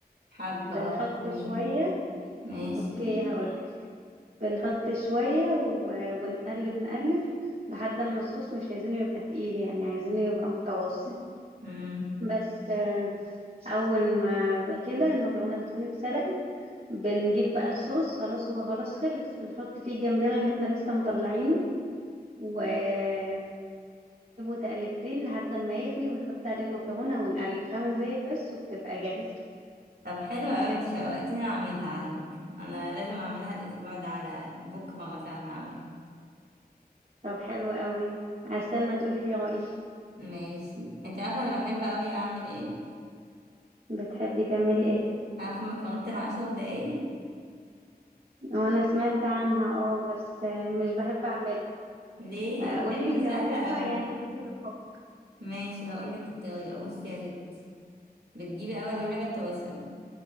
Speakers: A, on the right; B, on the right.
A: حابة
B: بنحط
A: اه قوليلي
B: شوية
A: ماشي
B: اوكي هقولك بنحط شوية و- ونقلب نقلب لحد ما الصوص مش عايزينه يبقى تقيل يعني عايزينه يبقى متوسط
A: مم.
B: بس آه، أول ما كده المكرونة بتكون اتسلقت بنجيب بقى الصوص خلاص هو خلاص خلص بنحط فيه الجمبري اللي احنا لسه مطلعينه ونقلبه تقلبتين لحد ما يغلي ونحط عليه المكرونة ونقلب خمس دقايق بس وبتبقى جاهزة
A: طب حلو قوي انت شوقتيني اعملها على فكرة انا لازم اعملها الاسبوع ده على الأقل. بكرة مثلا هعمل
B: طب حلو قوي هستنى تقولي لي رأيك
A: ماشي انت عارفة انا بحب قوي اعمل ايه
B: بتحبي تعملي ايه
A: عارفة مكرونة العشر دقايق
B: وانا سمعت عنها اه بس آه، مش بحب اعملها
A: ليه هتحبي
B: قولي لي طريقتها
A: سهلة قوي
B: يعني ممكن افكر
A: ماشي هقولك الطريقة بصي يا ستي بتجيبي اول
B: تمام
A: حاجة طاسة